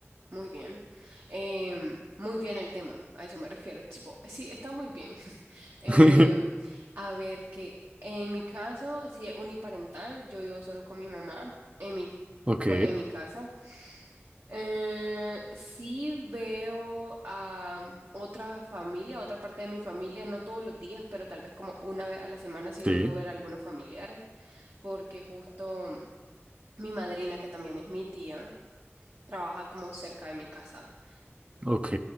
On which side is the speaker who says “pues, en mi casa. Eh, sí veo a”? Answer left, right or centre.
Right